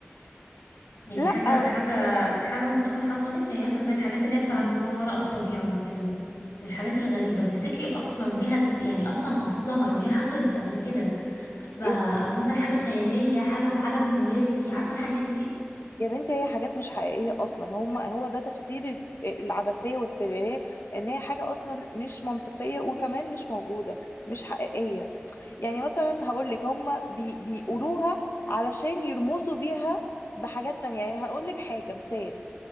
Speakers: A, on the left; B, on the left.
A: يعني
B: لا
A: حاجة حاجة
B: بس يعني
A: حاجة ممكن تكون حصلت يعني مثلا زي الحاجات اللي هي بتاعت ما وراء الطبيعة وكده والحاجات الغريبة تفتكري أصلا دي هد... يعني أصلا أصلها إن هي حصلت قبل كده ف... أو
B: يا
A: مثلا حاجة خيالية حاجة في عالم موازي عارفة الحاجات دي؟
B: يا بنتي هي حاجات مش حقيقية أصلا هما هو ده تفسير ال- العبثية والسريالية إن هي حاجة أصلا مش منطقية وكمان مش موجودة مش حقيقية يعني مثلا هقولك هما بي بيقولوها علشان يرمزوا بيها بحاجات تانية يعني هقولك حاجة مثال